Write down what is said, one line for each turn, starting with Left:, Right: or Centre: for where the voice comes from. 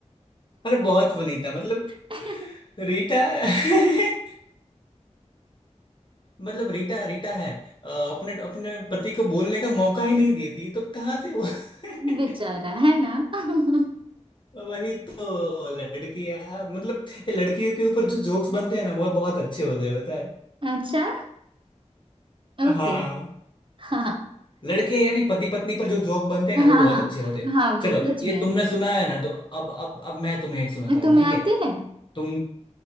Left: अरे बहुत फनी था मतलब
Right: <laughs>
Left: रीटा <laughs> मतलब रीटा रीटा है अ, अपने अपने पति को बोलने का मौका ही नहीं देती तो कहाँ से वो <laughs>
Right: बेचारा है ना <laughs>
Left: वही तो लड़की है मतलब ये लड़कियों के ऊपर जो जोक्स बनते हैं ना वो बहुत अच्छे होते हैं पता है
Right: अच्छा ओके
Left: हाँ
Right: हाँ
Left: लड़के यानी पति पत्नी पर जो जोक बनते हैं
Right: हाँ
Left: ना वो बहुत
Right: हाँ
Left: अच्छे होते हैं
Right: हाँ
Left: चलो
Right: वो सच
Left: ये
Right: में
Left: तुमने सुना है ना तो अब अब अब मैं तुम्हें एक सुनाता
Right: हाँ,
Left: हूँ
Right: तुम्हें
Left: ठीक
Right: आते
Left: है
Right: हैं
Left: तुम